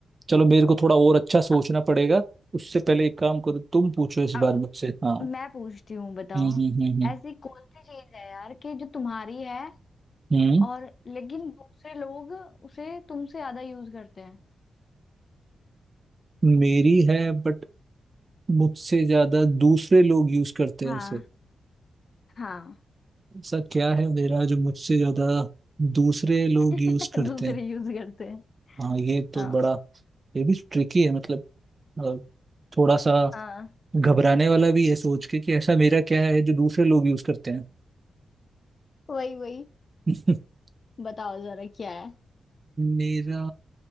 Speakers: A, on the right; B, on the left.
A: चलो मेरे को थोड़ा और अच्छा सोचना
B: अब
A: पड़ेगा उससे पहले एक काम करो तुम पूछो इस
B: अब
A: बार मुझसे हाँ
B: मैं पूछती हूँ बताओ
A: हम्म हम्म हम्म हम्म
B: ऐसी कौन सी चीज है यार कि जो तुम्हारी है
A: हम्म,
B: और लेकिन दूसरे लोग उसे तुमसे ज्यादा यूज करते हैं
A: मेरी है बट मुझसे ज्यादा दूसरे लोग यूज करते
B: हाँ
A: हैं उसे
B: हाँ
A: ऐसा क्या है मेरा जो मुझसे ज्यादा दूसरे लोग
B: <laughs>
A: यूज करते
B: दूसरे
A: हैं
B: यूज करते
A: हाँ ये तो
B: हाँ
A: बड़ा ये भी ट्रिकी है मतलब अ, थोड़ा सा
B: हाँ
A: घबराने वाला भी है सोच के कि ऐसा मेरा क्या है जो दूसरे लोग यूज करते हैं
B: वही वही
A: <laughs>
B: बताओ जरा क्या है
A: मेरा